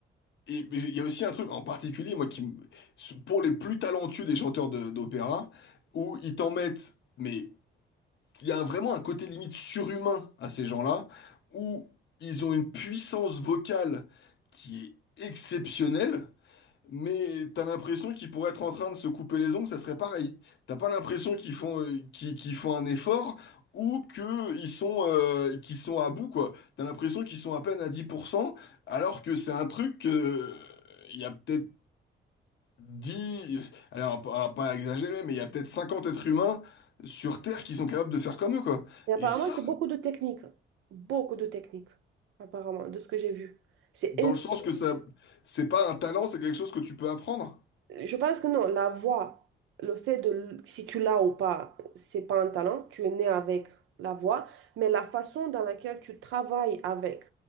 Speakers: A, on the left; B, on the right.
A: et mais il y a aussi un truc en particulier, moi, qui... me- Pour les plus talentueux des chanteurs de- d'opéra, où ils t'en mettent... Mais il y a vraiment un côté limite surhumain à ces gens-là, où ils ont une puissance vocale qui est exceptionnelle, mais t'as l'impression qu'ils pourraient être en train de se couper les ongles, ça serait pareil. T'as pas l'impression qu'ils font, euh, qu'ils, qu'ils font un effort ou que ils sont, euh, qu'ils sont à bout, quoi. T'as l'impression qu'ils sont à peine à dix pour cent alors que c'est un truc que... euh, Il y a peut-être 10, alors pas, pas exagérer, mais il y a peut-être 50 êtres humains sur Terre qui sont capables de faire comme eux, quoi.
B: Et apparemment,
A: Et ça,
B: c'est beaucoup de techniques. Beaucoup de techniques, apparemment, de ce que j'ai vu. C'est
A: dans le sens que ça, c'est pas un talent, c'est quelque chose que tu peux apprendre.
B: Je pense que non, la voix, le fait de, l- si tu l'as ou pas, c'est pas un talent, tu es né avec la voix, mais la façon dans laquelle tu travailles avec,